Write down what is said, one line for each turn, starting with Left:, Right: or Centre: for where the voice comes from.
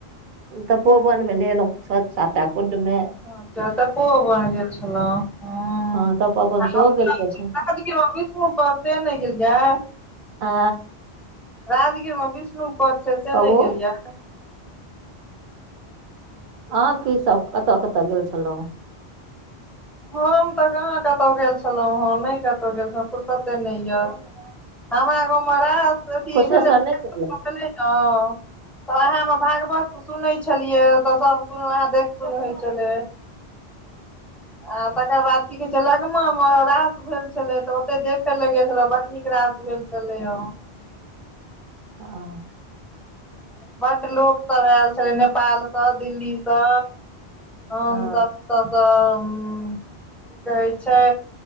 Right: तपोवन मे नहेलौ छह, सातटा कुंड मे
Centre: अच्छा तपोबन गेल छलौ हा
Right: हँ तपोवन सेहो गेल रहौँ
Centre: कीयो विष्णू पदे ने गेलया।
Right: आ
Centre: राजगीर मे विष्णु पद छै से
Right: कहू
Centre: ने गेलया।
Right: अहाँ कि सभ कतय-कतय गेल छलौ।
Centre: हम तऽ कहाँ कतो गेल छलौं, हा ने कतो गेल छौ फुुरसते ने या। हमरा गाव मे रास कि
Right: कुशेश्वर
Centre: भेलै देखले
Right: नहि गेलियै
Centre: छौ। उहा मे भागवत सुनै छलियै तऽ सभ सु वएह देख सुन होइ छलै। आ तकर बाद कि कहे छै लगमा मे रास भेल छले तऽ ओते देखे लगे छलै बड़ नीक रास भेलल तलय।
Right: अ ह
Centre: बड़ लोक सभ आयल छलै। नेपालसँ, दिल्लीसँ हमसभ
Right: हँ
Centre: तऽ कि कहै छै।